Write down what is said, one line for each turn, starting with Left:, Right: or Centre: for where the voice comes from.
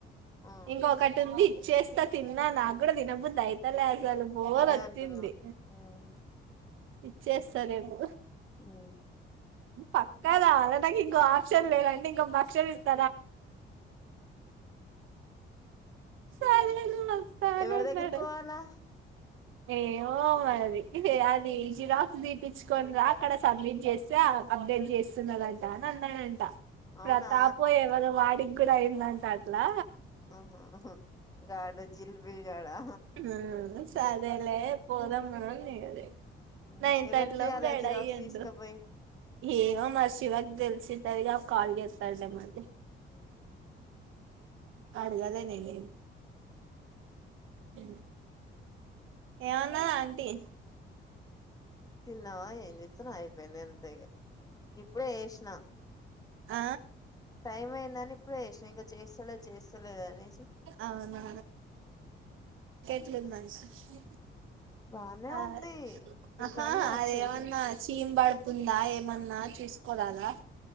Left: ఆ
Right: ఇంక ఒకటి ఉంది చేస్తా తిన్నా నాగు కూడా దినబుద్ అయితలే అను బోర్
Left: అదే
Right: రచ్చింది
Left: అంటున్నా ఉమ్
Right: ఇచ్చేస్తా నేకు
Left: మ్మ్
Right: పక్కదా అద నాకు ఇంకో ఆప్క్షన్ లేదంటే ఇంకో భక్షలు ఇస్త సరేలే వస్తానన్నాడు
Left: ఎవరి దగ్గరకోవాలా
Right: ఏమో మది అది జిరాక్స్ దీపించుకని రా అక్కడ సబ్మిట్ చేస్తే అప్డేట్ చేస్తున్నదంట అ అన్నానంట
Left: అవునా
Right: ప్రతాప ఎవరు వాడి గుర అయిందంట అట్లా
Left: ఆహహ గాడు జిల్బిల్ గాడా
Right: మ్మ్ సరెలే పోద మన నర
Left: ఉమ్
Right: న ఇంతంట్లో
Left: ఎవరికి అలా
Right: బాడ్
Left: జిరాక్స్
Right: అయ్యిండు
Left: తీసుకపోయి
Right: ఏవమా శివకి తెలిసి సరిగా కాల్ చేస్తాడే మళ్ళీ
Left: మ్మ్
Right: అడుగాలే నేను ఏమి
Left: అ
Right: ఏ ఏమన్నదీ ఆంటీ
Left: టీల్ న్నావా ఏం చేస్తును అయిపోయింది ఎంతైగా ఇ ఇప్పుడే వేసినా
Right: ఆ
Left: టైమ్ అయ్యిందని ప్పుడే లేషినా ఇంకా చేస్తా లే చేస్తలేదు అనేసి
Right: అవునా ఏం మనిషి
Left: బానే
Right: ఆ
Left: ఉంది ఇంకానే
Right: ఆహా
Left: అచ్చాయి
Right: అదేమన్నా చీమ్ బడ్ ఉందా ఏమన్నా చూసుకోరాలా